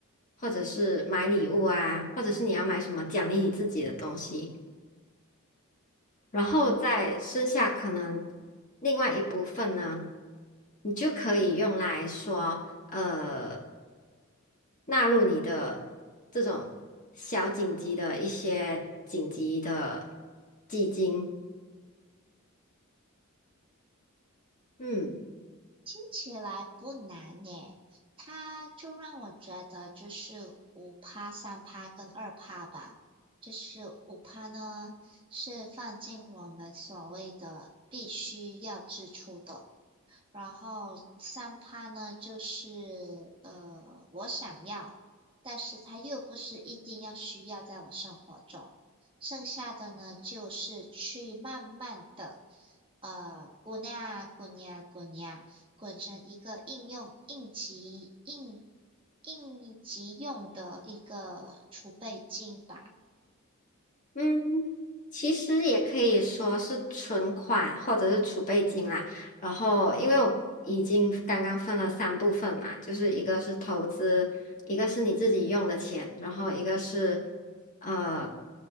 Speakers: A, on the left (about 35°); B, on the right (about 25°).
A: 或者是买礼物啊，或者是你要买什么奖励你自己的东西。然后再剩下可能另外一部分呢，你就可以用来说，呃，纳入你的这种小紧急的一些紧急的基金。嗯
B: 听起来不难耶，它就让我觉得就是五趴、三趴跟二趴吧，就是五趴呢是放进我们所谓的必须要支出的。然后三趴呢，就是呃，我想要，但是它又不是一定要需要在我生活中。剩下的呢，就是去慢慢的，呃，滚呀滚呀滚呀，滚成一个应用应急应应急用的一个储备金吧。
A: 嗯，其实也可以说是存款或者是储备金啦。然后，因为我已经刚刚分了三部分嘛，就是一个是投资，一个是你自己用的钱，然后一个是呃